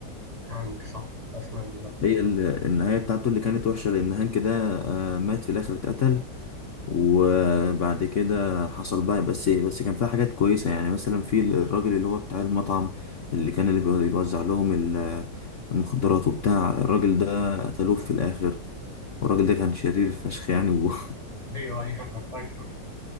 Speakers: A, on the right (about 20°); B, on the left (about 50°).
A: هانك صح اسمع دي صح
B: هي ال- النهاية بتاعته اللي كانت وحشة لأن هانك ده آه، مات في الآخر اتقتل وبعد كده حصل بقى بس بس كان فيها حاجات كويسة يعني مثلا في الراجل اللي هو بتاع المطعم اللي كان اللي بيوزع لهم ال- المخدرات وبتاع الراجل ده قتلوه في الآخر والراجل ده كان شرير فشخ يعني و...
A: ايوه ايوه انا فاكر